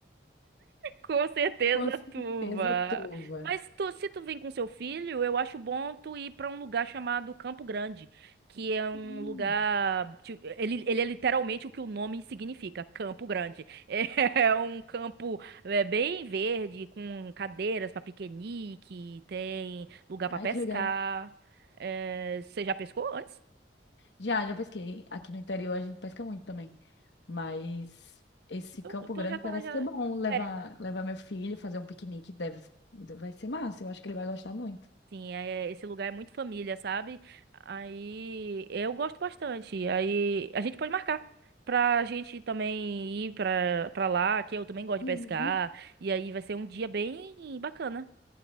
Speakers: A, on the right (about 65°); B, on the left (about 75°).
A: Com certeza,
B: Com certeza
A: Tuba.
B: turva.
A: Mas tu- se tu vem com seu filho, eu acho bom tu ir pra um lugar chamado Campo Grande, que é um
B: Hum.
A: lugar, tipo, ele, ele é literalmente o que o nome significa, Campo Grande. <laughs> É um campo é, bem verde, com cadeiras pra piquenique, tem lugar pra
B: Ai,
A: pescar.
B: que legal.
A: É, você já pescou antes?
B: Já, já pesquei. Aqui no interior a gente pesca muito também. Mas esse
A: Então,
B: Campo
A: então
B: Grande
A: já tá
B: parece
A: já.
B: ser bom. Levar,
A: é,
B: levar meu filho, fazer um piquenique, deve, vai ser massa. Eu acho que ele vai gostar muito.
A: Sim, é, esse lugar é muito família, sabe? Aí eu gosto bastante. Aí a gente pode marcar pra gente também ir pra, pra lá, que eu também gosto de
B: Uhum.
A: pescar. E aí vai ser um dia bem bacana,